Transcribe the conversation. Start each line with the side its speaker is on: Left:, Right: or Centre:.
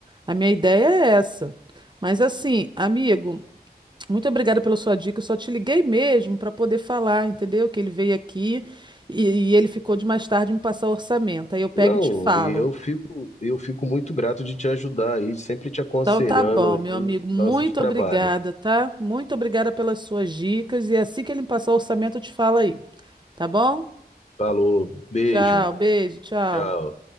Right: A minha ideia é essa. Mas assim, amigo, muito obrigada pela sua dica. Eu só te liguei mesmo para poder falar, entendeu? Que ele veio aqui e, e ele ficou de mais tarde me passar o orçamento. Aí eu pego
Left: Não,
Right: e te falo.
Left: e eu fico eu fico muito grato de te ajudar aí, sempre te aconselhando
Right: Então tá bom,
Left: aí
Right: meu amigo,
Left: nesse
Right: muito
Left: lance de trabalho.
Right: obrigada, tá? Muito obrigada pelas suas dicas e assim que ele me passar o orçamento eu te falo aí, tá bom?
Left: Falou, beijo,
Right: Tchau, beijo, tchau.
Left: tchau.